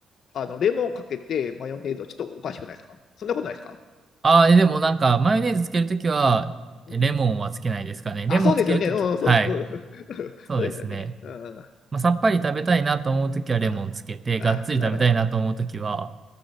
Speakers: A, on the left; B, on the right.
A: あの、レモンかけてマヨネーズをちょっとおかしくないですかそんなことないですか
B: ああ、えーでもなんか、マヨネーズつけるときは、えレモンはつけないですかね。
A: うん。
B: レモンつけるとき、
A: あ、そうですよね。うん、
B: はい。
A: そう、うん、<laughs>
B: そうですね。
A: そうですよね。うん。
B: まあ、さっぱり食べたいなと思うときはレモンつけて、
A: あ、あ、
B: がっつり食べたいなと思うときは、
A: なるほど。